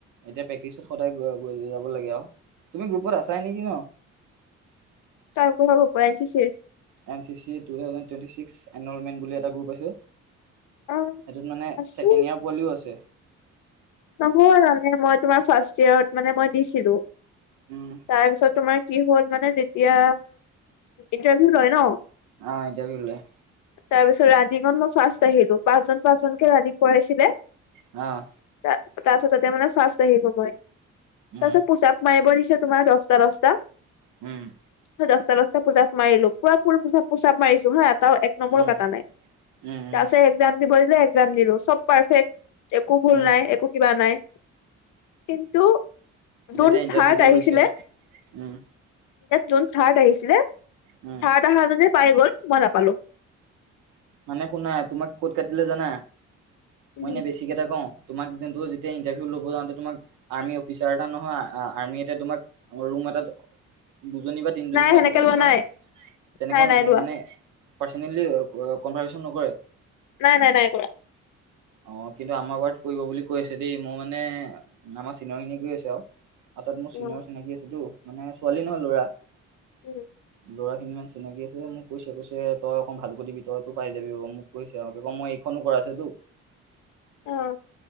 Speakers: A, on the right; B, on the left.
A: এতিয়া প্ৰেক্টিচত সদায় গৈ যাব লাগে আৰু তুমি গ্ৰুপত আছাই নেকি ন?
B: <unintelligible>
A: এন চি চি টু থাউেড টুৱেন্টি ছিক্স এনৰলমেন্ত বুলি এটা গ্ৰুপ আছে।
B: অ
A: সেইটোত মানে
B: আছো
A: ছেকেণ্ড ইয়াৰ পোৱালিও আছে।
B: নহয় মানে মই তোমাৰ ফাৰ্ষ্ট ইয়েৰত মানে মই দিছিলোঁ।
A: উম।
B: তাৰ পিছত তোমাৰ কি হ'ল মানে যেতিয়া ইন্টাৰভিউ লয় ন?
A: অ', ইণ্টাৰভিউ লয়।
B: তাৰ পিছত ৰানিঙত মই ফাৰ্ষ্ট আহিলোঁ, পাঁচজন পাঁচজনকে ৰানিং কৰাইছিলে।
A: অ'।
B: তাৰপাছত তাতে মানে ফাৰ্ষ্ট আহিলোঁ মই,
A: উম
B: তাৰপাছত পুচা মাৰিব দিছে তোমাৰ দচটা-দচটা।
A: উম।
B: পুৰা দচটা-দচটা পুচাপ মৰিলোঁ, পুৰা ফোল পুচাপ-পুচাপ মাৰিছোঁ হা এটা নম্বৰো
A: উম
B: কটা নাই।
A: উম উম
B: তাৰপাছত একজাম দিব <inaudible> একজাম দিলোঁ, চব পাৰফেক্ট। একো ভুল
A: উম
B: নাই একো কিবা নাই। কিন্তু
A: যেতিয়া
B: জুন
A: ইণ্টাৰভিউটো
B: থাৰ্ড আহিছিলে,
A: লৈছে উম
B: জুন থাৰ্ড আহিছিলে
A: উম।
B: তাহাজনে পাই গ'ল, মই নাপালোঁ।
A: মানে শুনা তোমাক ক'ত কাটিলে জানা?
B: উম
A: মই এনে বেছি ঠিক এটা কওঁ? তোমাক যোনটো যেতি ইটাৰভিউ ল'ব যাওঁতে তোমাক আৰ্মি অফিচাৰ এটা নহয়, আৰ্মি এতিয়া তোমাক ৰুম এটাত দুজনী বা তিনজনি
B: নাই
A: মাতি
B: সেনেকে
A: পেলাই
B: লোৱা
A: তোমাক,
B: নাই
A: তেনেকা
B: নাই নাই লোৱা
A: মানে পাৰ্চনেলি কনভাৰ্চন নকৰে?
B: নাই-নাই, নাই কৰা।
A: অ', কিন্তু আমাৰ বাৰত পৰিব বুলি কৈ আছে দেই মোৰ মানে আমাৰ চিনিয়ৰ খিনি কৈ আছে আৰু। অ', তাত মোৰ চিনিয়ৰ
B: উম
A: চিনাকি আছেতো মানে ছোৱালী নহয় ল'ৰা।
B: উম।
A: ল'ৰাখিনি ইমান চিনাকি আছে যে মোক কৈছে-কৈছে তই অকণ ভালকে দিবি তই ত পাই যাবি মোক কৈছে আৰু <unintelligible> মই এইখনো কৰা আছে তো।
B: অ'।